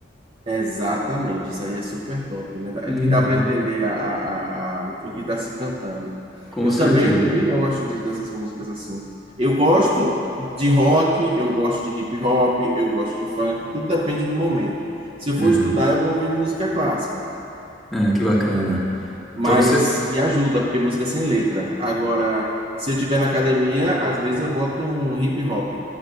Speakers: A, on the right (about 30°); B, in the centre.
A: Exatamente, isso aí é super top, né? Dá-
B: Uhum.
A: Que dá para entender a, a- a- a- o que está se cantando.
B: Com
A: Eu
B: certeza.
A: também, eu também gosto de- dessas músicas assim. Eu gosto de rock, eu gosto de hip hop, eu gosto de funk, tudo depende do momento. Se eu
B: É,
A: for estudar, eu vou ouvir música clássica.
B: é, que bacana.
A: mas
B: Então você.
A: que ajuda, porque música é sem letra. Agora, se eu estiver na academia, às vezes eu boto um hip hop.